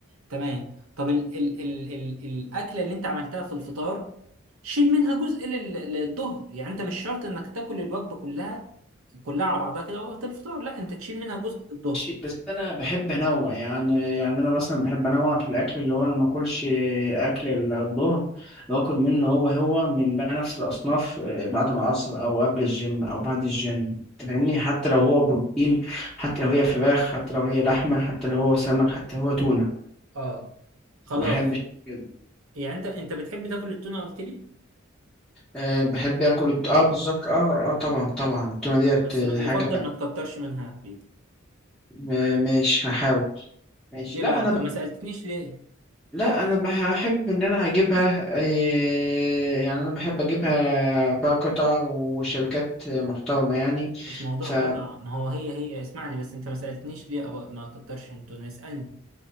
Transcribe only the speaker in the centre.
ماشي، بس انا بحب انوع يعني يعني انا مثلا بحب انوع في الاكل اللي هو انا ما اكلش اكل الظهر باكل منه هو هو من بقى نفس الاصناف آه، بعد العصر او قبل الجيم او بعد الجيم أنت فاهمني حتى لو
هو بروتين حتى لو هي فراخ حتى لو هي لحمه حتى لو هو سمك حتى لو هو تونه
ما بحبش كده
أه بحب اكل الت... اه بالظبط اه اه طبعا طبعا التونه ديت
آه،
حاجه
آه، ماشي هحاول ماشي
لا
انا
لا انا بحب ان انا اجيبها إيه، يعني انا بحب اجيبها بقى قطع وشبكات محترمه يعني
ف